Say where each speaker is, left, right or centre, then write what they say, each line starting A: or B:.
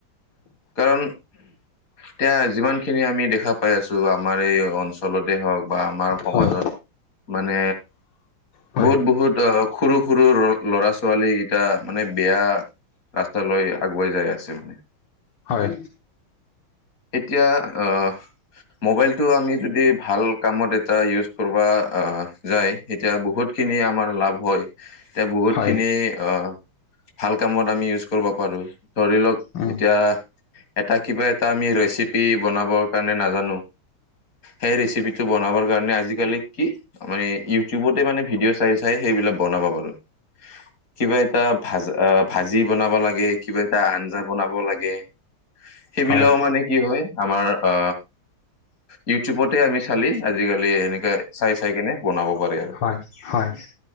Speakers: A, on the left; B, on the left.
A: কাৰণ তিয়া যিমান খিনি আমি দেখা পাই আছোঁ আমাৰ এই অঞ্চলতে হওঁক বা আমাৰ সমাজত
B: হয়,
A: মানে
B: হয়,
A: বহুত বহুত আ, খৰু সৰু <unintelligible> ল'ৰা ছোৱালী গিটা মানে বেয়া ৰাস্ত লৈ আগুৱাই যাই আছে মানে
B: হয়,
A: তেতিয়া আ মোবাইলটো আমি যদি ভাল কামত এটা ইউচ কৰিবা আ, যায় সেতিয়া বহুত খিনি আমাৰ লাভ হয়। তিয়া বহুত
B: হয়,
A: খিনি অ', ভাল কামত আমি ইউচ কৰিব পাৰোঁ। ধৰি লক
B: উম,
A: এতিয়া এটা কিবা এটা আমি ৰেচিপি বনাবৰ কাৰণে নাজানো সেই ৰেচিপিটো বনাবৰ কাৰণে আজিকালি কি মানে ইউটিউবতে মানে ভিডিঅ' চাই চাই সেইবিলাক বনাব পাৰোঁ। কিবা এটা ভাজ আ, ভাজি বনাব লাগে কিবা এটা আঞ্জা বনাব লাগে সেইবিলাকো
B: হয়,
A: মানে কি হয় আমাৰ আ ইউটিউবতে আমি চালি আজিকালি এনেকা চাই চাই কেনে বনাব পাৰে আৰু।
B: হয় হয়।